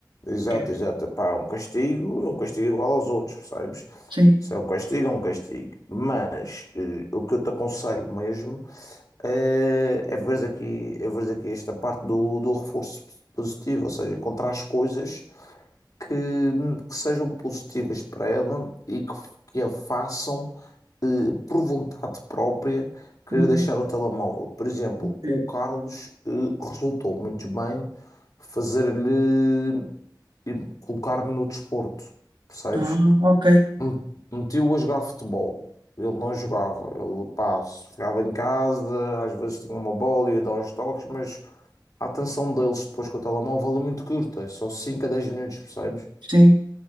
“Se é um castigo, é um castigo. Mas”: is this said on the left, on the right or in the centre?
Left